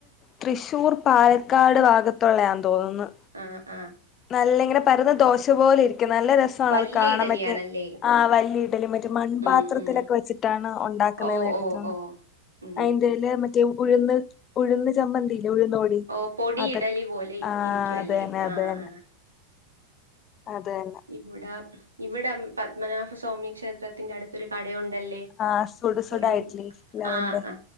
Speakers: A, on the left (about 30°); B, on the right (about 80°).
A: തൃശൂർ പാലക്കാട് ഭാഗത്തോള്ളെയാന്ന് തോന്ന്ന്.
B: ആഹ് ആഹ്
A: നല്ല ഇങ്ങനെ പരന്ന് ദോശ പോലെ ഇരിക്കും നല്ല രസാണത്
B: വല്യ
A: കാണുബതെ
B: ഇഡലിയാണല്ലേ
A: ആഹ് വല്യ ഇടലി മറ്റെ മൺപാത്രത്തിലൊക്കെ
B: ഉം ഉം
A: വെച്ചിട്ടാണ് ഒണ്ടാക്കുന്നന്ന്
B: ഓ
A: കേട്ടിട്ടൊ
B: ഓ
A: ന്.
B: ഓ ഉം
A: ന്റെലെ മറ്റേ ഉഴ്‌ന്ന് ഉഴന്ന് ചന്തില്ലേ ഉഴ്ന്ന്
B: ഓ പൊടി
A: അതെ
B: ഇഡലി പോലെ
A: ആ
B: ഇരിക്കുവല്ലേ
A: അതെന്നെ അതെനെ
B: ആ ആ
A: അതെന്നെ.
B: ഇവിട ഇവിടം പത്മനാഭസ്വാമി ക്ഷേത്രത്തിന്റെ അടുത്തൊരു കടയുണ്ടല്ലെ?
A: ആഹ് സുട സുട
B: ഒരു
A: ഇഡ്ലി ലവന്റെ
B: ആ ആ